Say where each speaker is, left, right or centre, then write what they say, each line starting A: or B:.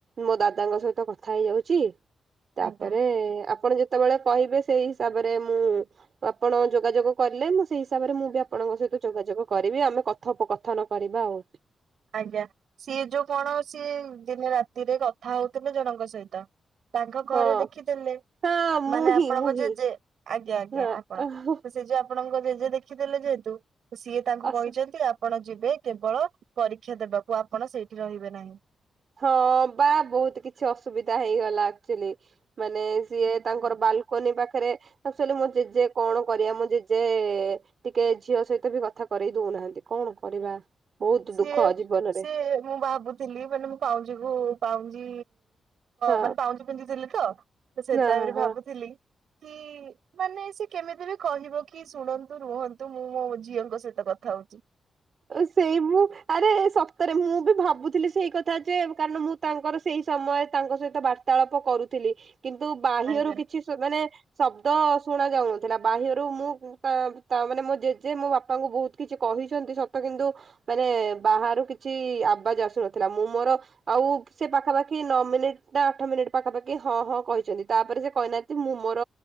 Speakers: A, on the right (about 55°); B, on the right (about 75°).
A: ମୋ ଦାଦାଙ୍କ ସହିତ କଥା ହେଇଯାଉଛି। ତାପରେ
B: ଆଜ୍ଞା
A: ଆପଣ ଯେତେବେଳେ କହିବେ ସେଇ ହିସାବରେ ମୁଁ ଆପଣ ଯୋଗାଯୋଗ କିରିଲେ ମୁଁ ସେଇ ହିସାବରେ ମୁଁ ବି ଆପଣଙ୍କ ସହିତ ଯୋଗାଯୋଗ କରିବି ଆମେ କଥୋପକଥନ କରିବା ଆଉ।
B: ଆଜ୍ଞା ସିଏ ଯୋଉ କଣ ସିଏ ଦିନେ ରାତିରେ କଥା ହଉଥିଲେ ଜଣଙ୍କ ସହିତ। ତାଙ୍କ ଘରେ
A: ହଁ
B: ଦେଖିଦେଲେ
A: ହଁ ମୁଁ
B: ମାନେ ଆପଣଙ୍କ
A: ହିଁ ମୁଁ
B: ଜେଜେ
A: ହିଁ
B: ଆଜ୍ଞା ଆଜ୍ଞା
A: ହଁ
B: ଆପଣ ସେ ଯେ ଆପଣଙ୍କ ଜେଜେ ଦେଖିଦେଲେ ଯେହେତୁ ସିଏ ତାଙ୍କୁ
A: ଅସୁ
B: କହିଛନ୍ତି ଆପଣ ଯିବେ କେବଳ ପରୀକ୍ଷା ଦେବାକୁ ଆପଣ ସେଇଠି ରହିବେ ନାହିଁ।
A: ହଁ ପା ବହୁତ୍ କିଛି ଅସୁବିଧା ହେଇଗଲା ଆକ୍ଚୁଲି ମାନେ
B: ନାହିଁ।
A: ସିଏ ତାଙ୍କର ବାଲୁ କୁନି ପାଖରେ ଆକ୍ଚୁଆଲି ମୋ ଜେଜେ କଣ କରିବା ମୋ ଜେଜେ ଟିକେ ଝିଅ ସହିତ ବି କଥା କରେଇ ଦଉନାହାନ୍ତି କଣ କରିବା। ବହୁତ
B: ସିଏ
A: ଦୁଃଖ ଜୀବନରେ
B: ସିଏ ମୁଁ ଭାବୁଥିଲି ମାନେ ମୁଁ ପାଉଁଜି କୁ ପାଉଁଜି।
A: ହଁ
B: ମାନେ ପାଉଁଜି ପିନ୍ଧୁଥିଲେ ତ ସେ
A: ହଁ
B: ତାବେରେ
A: ହଁ। ହଁ।
B: ଭାବୁଥିଲି କି ମାନେ ସେ କେମିତି ବି କହିବ କି ଶୁଣନ୍ତୁ ରୁହନ୍ତୁ ମୁଁ ମୋ ଝିଅଙ୍କ ସହିତ କଥା ହଉଛି।
A: ସେଇ ମୁୁ ଆରେ ସତରେ ମୁଁ ବି ଭାବୁଥିଲି ସେଇ କଥା ଯେ କାରଣ ମୁଁ ତାଙ୍କର। ସେଇ ସମୟରେ ତାଙ୍କ ସହିତ ବାର୍ତ୍ତାଳାପ କରୁଥିଲି କିନ୍ତୁ ବାହ୍ୟରୁ
B: ଆଜ୍ଞା।
A: କିଛି ମାନେ ଶବ୍ଦ ଶୁଣା ଯାଉନଥିଲା ବାହ୍ୟରୁ ମୁଁ ତା ମାନେ ମୋ ଜେଜେ ମୋ ବାପାଙ୍କୁ ବହୁତ କିଛି କହିଛନ୍ତି ସତ ତ କିନ୍ତୁ ମାନେ ବାହାରୁ କିଛି ଆବାଜ୍ ଆସୁନଥିଲା ମୁଁ ମୋର। ଆଉ ସେ ପାଖାପାଖି ନଅ ମିନିଟ ନା ଆଠ ମିନିଟ ପାଖାପାଖି ହଁ ହଁ କହିଛନ୍ତି ତାପରେ ସେ କହିନାହାନ୍ତି ମୁଁ ମୋର